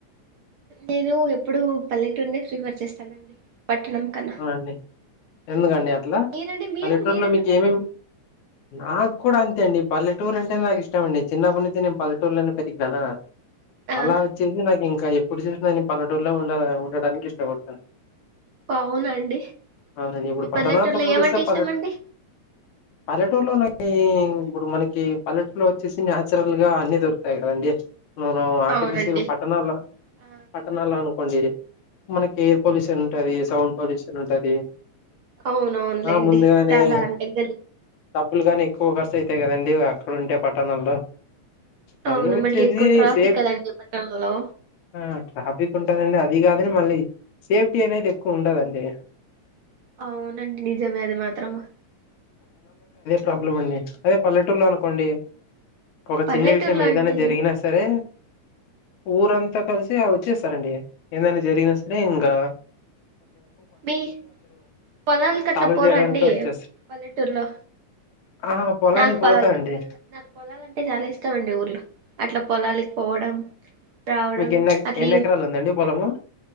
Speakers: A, on the right; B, on the left.
A: నేను ఎప్పుడు పల్లెటూరునే ఫ్రీఫర్ చేస్తానండి. పట్టణం కన్నా
B: అవునండి ఎందుకండి
A: ఆ,
B: అట్లా
A: మీరండి మీరు
B: పల్లెటూరులో
A: మీరెందుకండి
B: మీకు ఏమేమి నాకు కూడా అంతె. అద అండి పల్లెటూర్ అంటే నాకు ఇష్టంమండి చిన్నప్ప నుంచి నేనుల్లెటూర్లోనే పెరిగానా.
A: ఆ
B: అలా వచ్చేసి నాకు ఇంకా ఎప్ప. ఇప్పుడు చూసిన నేను పల్లటూరులో ఉండ ఉండటనికి ఇష్టపడతాను.
A: అవునా అండి
B: తనను ఇప్పుడు
A: మీ
B: పట్టణాలతో
A: పల్లెటూరులో
B: పోలిస్తే
A: ఏమంటే
B: పల్లె
A: ఇష్టమండి
B: పల్లెటూరులో. ఇప్పుడు మనకి పల్లెటలో వచ్చేసి న్యాచురల్ గా అన్ని దొరుకుతాయి కదండి. నను ఆర్టిఫిషియల్
A: అవునండి
B: పట్టణాల
A: ఆ,
B: పట్టణాల అను. కొండి మనకి ఎయిర్ పొల్యూషన్ సౌండ్ పొల్యూషన్ ఉంటది
A: అవునవునులేండి
B: ఆ ముందుగానే
A: చాలా దగ్గ
B: డబ్బులు గాని ఎక్కువ ఖర్స్ అయితాయి కదండి అక్కడ ఉంటే పట్టణాల్లో మళ్ళీ
A: అవును
B: వచ్చేసి
A: ఎక్కువ ట్రాఫిక్
B: సేఫ్
A: కదండి పట్టణంలో
B: ఆ ట్రాఫిక్ ఉంటుందండి అది దిగ అ్ర మళీ సేఫ్టీ ఏనైతే కూండదండి
A: అవునండి నిజమే అది మాత్రము
B: ప్రబ్లం అండి అదే పల్లెటూరులో అనుకోండి ఒక
A: పల్లెటూరులో
B: చిన్న విషయం ఏదైనా
A: అంటే
B: జరిగినా
A: ఇలా-
B: సరే ఊరంతా కలిసి వచ్చేస్తారండి ఏదైనా జరిగినా స సరేంగా
A: ఆ, మీ పొలాలకు అట్లా
B: సాల్వ్
A: పోరాండి
B: చేయడానికే వచ్చేస్తారు
A: పల్లెటూర్లో
B: ఆ పొలానికి
A: నాకుొ
B: పోతా అండి
A: నాకు పొలాలు అంటే చాలా ఇష్టం అండి ఊర్లో అట్లా పొలా కళలికి పోవడం రావడం
B: మీకు ఎన్ని
A: అట్లా
B: ఎన్ని ఎకరాలు ఉందండి పొలము